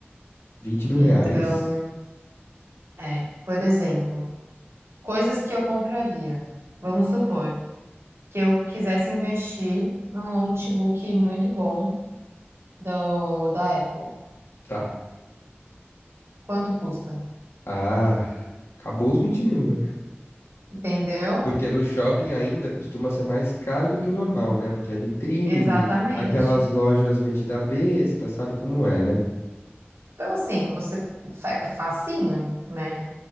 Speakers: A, on the left; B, on the right.
A: Vinte mil
B: Então,
A: reais?
B: é, por exemplo, coisas que eu compraria. Vamos supor que eu quisesse investir num notebook muito bom do, da Apple.
A: Tá.
B: Quanto custa?
A: Ah, acabou os vinte mil, né?
B: Entendeu?
A: Porque no shopping ainda costuma ser mais caro do que o normal, né? Porque é vitrine,
B: Exatamente.
A: aquelas lojas metida besta, sabe como é, né?
B: Então, assim, você é facinho, né?